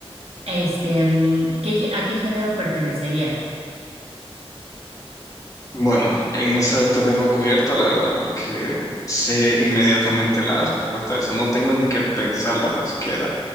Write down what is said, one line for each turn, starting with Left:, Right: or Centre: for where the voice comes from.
Right: este, mm, ¿qué gé- a qué género pertenecería?
Left: Bueno, en esa te tengo cubierta, la verdad, porque sé inmediatamente la respuesta a eso. No tengo ni que pensarla tan siquiera.